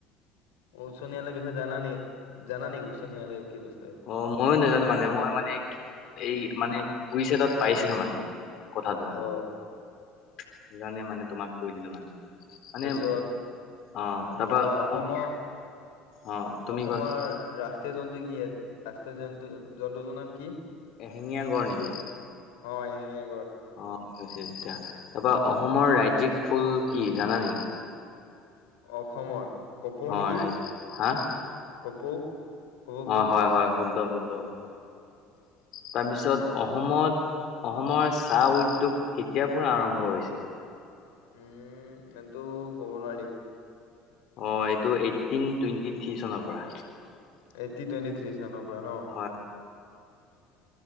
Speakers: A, on the left; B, on the left.
A: উচ্চ ন্যায়ালয়ৰ বিষয়ে জানা নি? জানা নি উচ্চ ন্যায়ালয় কি <unintelligible>
B: অ' মইয়ো নাজানো মানে মই মানে এই মানে কুইচ এটাত পাইছিলোঁ মানে। কথাটো
A: অ
B: <unintelligible> সেইকাৰণে মানে তোমাক কৈ দিলোঁ মানে।
A: <inaudible>
B: মানে অ তাৰপা
A: কিবা অসমৰ
B: অসম, অ তুমি
A: অসমৰ
B: কোৱাচোন
A: ৰাষ্ট্ৰীয় জন্তু কি? ৰাষ্ট্ৰীয় জন্তু জন্তুটোৰ নাম কি?
B: এশিঙীয়া গড় নিকি?
A: অ', এশিঙীয়া
B: অ', হৈছে তেতিয়া। তাৰপা অসমৰ ৰাজ্যিক ফুল কি জানা নেকি?
A: অসমৰ? কপৌ নেকি
B: অ', ৰাইট। হাঁ?
A: কপৌ। কপৌ ফুল
B: অ', হয়, হয়, শুদ্ধ শুদ্ধ, শুদ্ধ। তাৰপিছত অসমত অসমৰ চাহ উদ্যোগ কেতিয়াৰ পৰা আৰম্ভ হৈছিল?
A: উমম এইটো ক'ব নোৱাৰিম।
B: অ' এইটো এইটটিন টুৱেণ্টি থ্ৰী চনৰ পৰা।
A: এইটটি টুৱেণ্টি থ্ৰী চাননৰ পৰা ন?
B: হয়